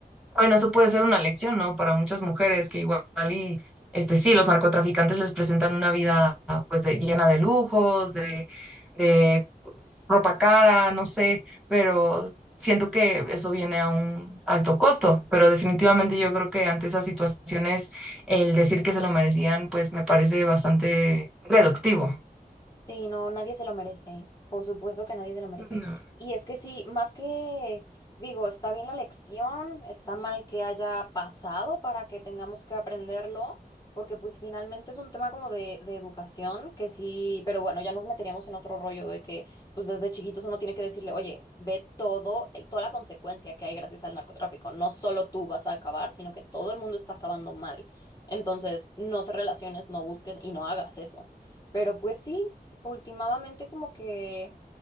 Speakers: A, in the centre; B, on the left.
A: bueno, eso puede ser una lección, ¿no? Para muchas mujeres que igual y, este, sí, los narcotraficantes les presentan una vida pues de- llena de lujos, de de ropa cara, no sé, pero siento que eso viene a un alto costo, pero definitivamente yo creo que ante esas situaciones el decir que se lo merecían, pues me parece bastante reductivo.
B: Sí, no, nadie se lo merece. Por supuesto que nadie se lo merece.
A: No.
B: Y es que sí, más que, digo, está bien la lección, está mal que haya pasado para que tengamos que aprenderlo, porque pues finalmente es un tema como de, de educación, que sí, pero bueno, ya nos meteríamos en otro rollo de que pues desde chiquitos uno tiene que decirle, oye, ve todo, el- toda la consecuencia que hay gracias al narcotráfico. No solo tú vas a acabar, sino que todo el mundo está acabando mal. Entonces, no te relaciones, no busques y no hagas eso. Pero pues sí últimamente como que